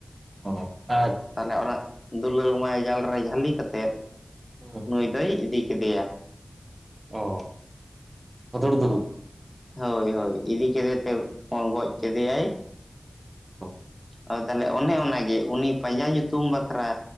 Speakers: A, on the right; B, on the left.
A: ᱚ ᱟᱪ
B: ᱛᱟᱦᱚᱞᱮ ᱚᱱᱟ ᱫᱩᱞᱟᱹᱲ ᱢᱟᱭᱟ ᱡᱟᱞ ᱨᱮ ᱡᱷᱟᱹᱞᱤ ᱠᱟᱛᱮᱫ
A: ᱦᱩᱸ
B: ᱱᱩᱭ ᱫᱚᱭ ᱤᱫᱤ ᱠᱮᱫᱮᱭᱟ᱾
A: ᱚ ᱦᱩᱫᱩᱲ ᱫᱩᱨ
B: ᱦᱳᱭ ᱦᱳᱭ ᱤᱫᱤ ᱠᱮᱫᱮᱛᱮᱢ ᱜᱚᱡ ᱠᱮᱫᱮᱭᱟᱭ᱾
A: ᱚ
B: ᱚ ᱛᱟᱦᱚᱞᱮ ᱚᱱᱮ
A: ᱟᱪᱪᱷᱟ
B: ᱚᱱᱟᱜᱮ ᱩᱱᱤ ᱯᱟᱸᱡᱟ ᱧᱩᱛᱩᱢ ᱵᱟᱠᱷᱨᱟ